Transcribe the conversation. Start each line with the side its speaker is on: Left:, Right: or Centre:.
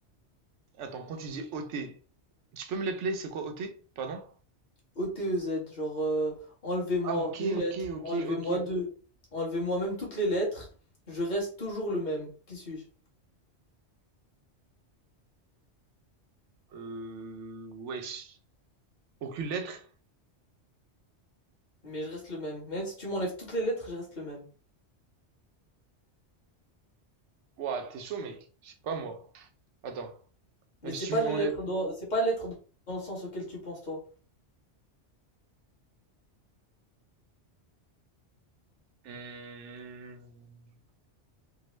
Right: Attends, quand tu dis OT, tu peux me l'appeler, c'est quoi OT? Pardon?
Left: O-T-E-Z, genre euh, enlevez-moi
Right: Ah ok,
Left: une lettre,
Right: ok, ok,
Left: enlevez-moi
Right: ok.
Left: deux, enlevez-moi même toutes les lettres, je reste toujours le même. Qui suis-je?
Right: Euh, wesh. Aucune lettre?
Left: Mais je reste le même. Même si tu m'enlèves toutes les lettres, je reste le même.
Right: Ouah, t'es chaud mec, je sais pas moi. Attends, même
Left: Mais c'est
Right: si tu
Left: pas
Right: m'enlèves...
Left: les lettres dans, c'est pas lettres dans le sens auquel tu penses toi.
Right: Hmm,